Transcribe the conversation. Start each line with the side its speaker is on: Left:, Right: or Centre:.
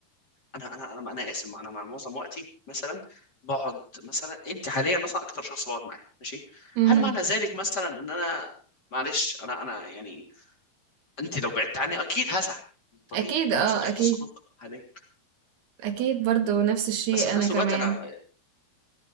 Left: انا انا انا, أنا اسف انا معظم وقتي مثلا بقعد مثلا انت حاليا مثلا اكتر شخص بقعد معاه ماشي
Right: امم
Left: هل معنى ذلك مثلا ان انا معلش انا انا يعني انت لو بعدت عني اكيد هزعل طبيعي
Right: اكيد
Left: لانك
Right: اه
Left: صديقتي
Right: اكيد
Left: الصدوق حاليا
Right: اكيد برضو نفس الشيء
Left: بس في
Right: انا
Left: نفس
Right: كمان
Left: الوقت انا